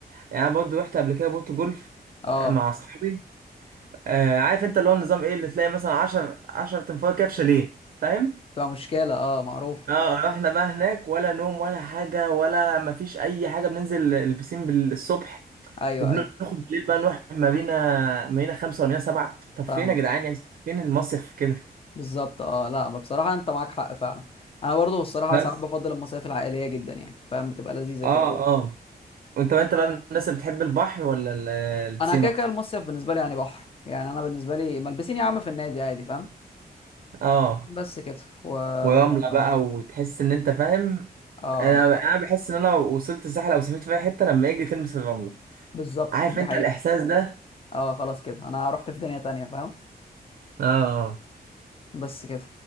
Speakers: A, on the right; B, on the left.
A: يعني انا برضه رحت قبل كده بوت جولف
B: اه
A: آه، مع اصحابي آه عارف انت اللي هو النظام ايه اللي تلاقي مثلا 10 10 تنفار كده في شاليه فاهم
B: بتبقى مشكلة اه معروفة
A: اه رحنا بقى هناك ولا نوم ولا حاجة ولا مفيش أي حاجة بننزل البسين بالصبح
B: ايوه
A: وبناخد
B: ايوه
A: بالليل بقى نروح مارينا مارينا خمسة ولا مارينا سبعة طب
B: فاهمة
A: فين يا جدعان يعني فين المصيف كده
B: بالظبط اه لا ما بصراحة انت معاك حق فعلا انا برضو الصراحة
A: بس
B: ساعات بفضل المصايف العائلية جدا يعني فاهم بتبقى لذيذة
A: اه
B: كده برضو
A: اه وانت بقى انت بقى من الناس اللي بتحب البحر ولا ال- البسين
B: انا كده
A: أكتر
B: كده المصيف بالنسبة لي يعني بحر يعني انا بالنسبة لي ملبسين يا عم في النادي عادي فاهم
A: اه
B: بس كده وده
A: ورملة
B: الموضوع
A: بقى
B: يعني
A: وتحس إن أنت فاهم
B: اه آه،
A: أنا أنا بحس إن أنا وصلت الساحل أو سافرت في أي حتة لما أجي تلمس الرملة
B: بالظبط
A: عارف
B: دي
A: أنت
B: حقيقة
A: الإحساس ده
B: اه خلاص كده انا رحت في دنيا تانية فاهم
A: اه
B: بس كده